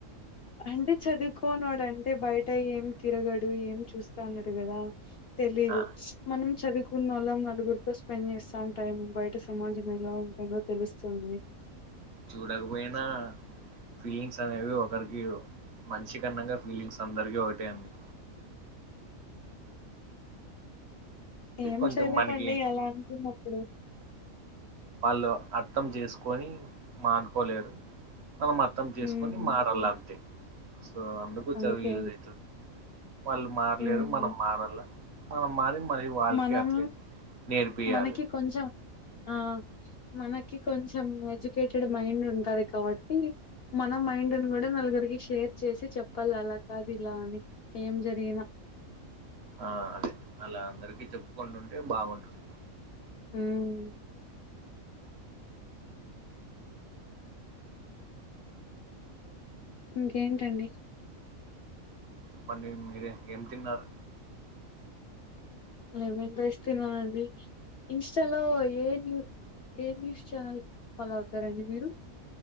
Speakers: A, on the left (about 60°); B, on the right (about 55°).
A: అంటే చదువుకో నోడ అంటే బయట ఏం తిరగడు ఏం చూస్తాన్నాడు కదా తెలీదు
B: ఆ,
A: మనం చదువుకున్న వాళ్ళం నలుగురితో స్పెండ్ చేస్తా ఉంటారు బయట సమాజం ఎలా ఉంటదో తెలుస్తుంది
B: చూడకపోయినా ఫీలింగ్స్ అనేవి ఒకరికి మంచి కన్నంగా ఫీలింగ్స్ అందరికి ఒకటే అండి
A: ఏం
B: కొంచెం
A: చెయలేమండి
B: మనకి
A: ఎలా అనుకున్న కుడు
B: ఆళ్ళు అర్థం చేసుకొని మానుకోలేరు మనం అర్థం చేసుకొని
A: ఉమ్
B: మారాలంతే సో అందుకు
A: అంతే
B: చదువు యూజ్
A: ఇంక.
B: అవుతుంది వాళ్ళు మారలేరు
A: హ్మ్.
B: మనం మారాల మనం మారి మరి వాళ్ళకి
A: మనం
B: అట్లే నేర్పియాలి
A: మనకి కొంచెం ఆ మనకి కొంచెం ఎడ్యుకేటెడ్ మైండ్ ఉంటది కాబట్టి మన మైండుని కూడా నలుగురికి షేర్ చేసి చెప్పాలి అలా కాదు ఇలా అని ఏం జరిగిన
B: ఆ అదె అలా అందరికి చెప్పుకుంటుంటే బాగుంటుంది
A: హుమ్ ఇంకేంటండి
B: చెప్పండి మీరె ఏం తిన్నారు
A: లెమెన్ రైస్ తిన్నారండి ఇన్స్టాలో ఏ న్యూ ఏ న్యూస్ ఛానల్ ఫాలో అవుతారండి మీరు